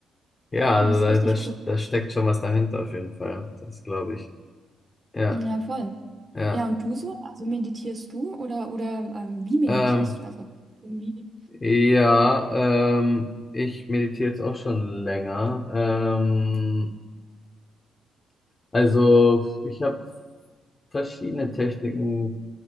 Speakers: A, on the left; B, on the right.
A: Ja, also
B: Und das
A: da,
B: ist richtig
A: da,
B: cool.
A: da steckt schon was dahinter auf jeden Fall. Das glaube ich. Ja,
B: Ja, voll.
A: ja.
B: Ja, und du so? Also meditierst du oder oder ähm, wie meditierst
A: Ähm,
B: du? Also irgendwie.
A: ja, ähm, ich meditiere jetzt auch schon länger. Ähm, also ich habe verschiedene Techniken